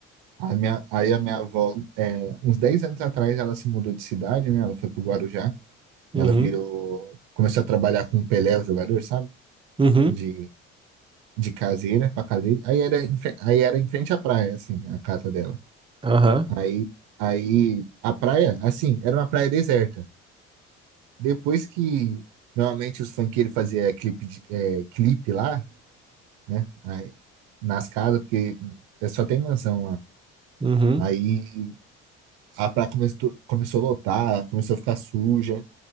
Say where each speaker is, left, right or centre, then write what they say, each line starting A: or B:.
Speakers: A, on the right (about 80°); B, on the right (about 20°).
A: A minha, aí a minha avó, é, uns 10 anos atrás, ela se mudou de cidade, né? Ela foi pro Guarujá. Ela
B: Uhum,
A: virou. Começou a trabalhar com o Pelé, o jogador, sabe?
B: uhum,
A: De, de caseira pra cadeira. Aí era, em fre- aí era em frente à praia, assim, a casa dela.
B: aham,
A: Aí, aí a praia, assim, era uma praia deserta. Depois que normalmente os funkeiros faziam clipe, de- é, clipe lá, né? Aí, nas casas, porque é só tem mansão lá.
B: uhum,
A: Aí a praia começou, começou a lotar, começou a ficar suja.